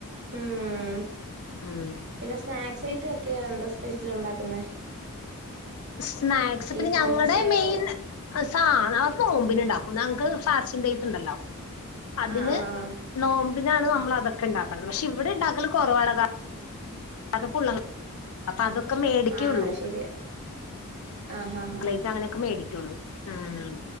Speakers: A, on the right (about 50°); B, on the left (about 70°).
A: ഉം
B: ഉം
A: പിന്നെ സ്നാക്സ് ഐറ്റൊക്കെ എന്താ സ്പെഷ്യൽ ഉണ്ടാക്കുന്നെ
B: സ്നാക്സ് പിന്നെ
A: സമൂസയോ
B: ഞങ്ങടെ മെയിൻ. സാ നാ നോമ്പിനുണ്ടാക്കും ഞങ്ങക്ക് ഫാസ്റ്റിങ് ഡയ്റ്റ്ണ്ടല്ലോ അതിന്.
A: ആഹ് ആഹ്
B: നോമ്പിനാണ് നമ്മളതൊക്കെ ഇണ്ടാക്ക്ണത് പക്ഷേ ഇവിടെ ഇണ്ടാക്കല് കൊറവാണ്. അത് ഫുള്ളാണ് അപ്പൊ അതൊക്കെ മേടിക്കേള്ളൂ.
A: ആഹ് അത് ശരിയാ ആഹ് ആഹ്
B: ലൈറ്റാ അങ്ങനെയൊക്കെ മേടിക്കൊള്ളൂ ആഹ്.